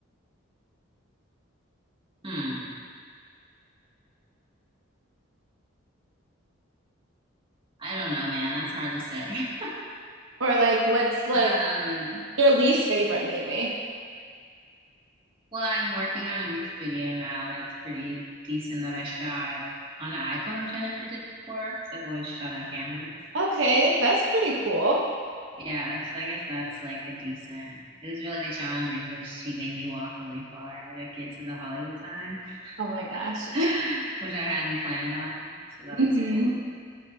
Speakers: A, on the right; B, on the right.
A: Hmm. I don't know, man. That's hard to say. <laughs>
B: Or like what's like
A: Um,
B: your least favorite maybe?
A: well, I'm working on a music video now that's pretty decent that I shot on an iPhone, which I never did before because I've always shot on cameras.
B: Okay, that's pretty cool.
A: Yeah, so I guess that's like a decent. It was really challenging because she made me walk really far to get to the Hollywood sign,
B: Oh my gosh.
A: <laughs> which I hadn't planned on. So that
B: <laughs> hmm
A: was cool.